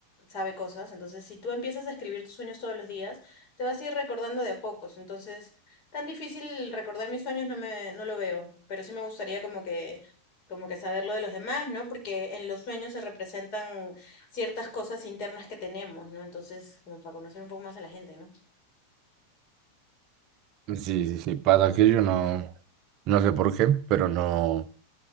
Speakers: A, on the left (about 40°); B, on the right (about 40°).
A: sabe cosas, entonces si tú empiezas a escribir tus sueños todos los días, te vas a ir recordando de a pocos, entonces tan difícil recordar mis sueños no me, no lo veo, pero sí me gustaría como que, como que saber lo de los demás, ¿no? Porque en los sueños se representan ciertas cosas internas que tenemos, ¿no? Entonces, como para conocer un poco más a la gente, ¿no?
B: Sí, sí, sí, pasa que yo no, no sé por qué, pero no.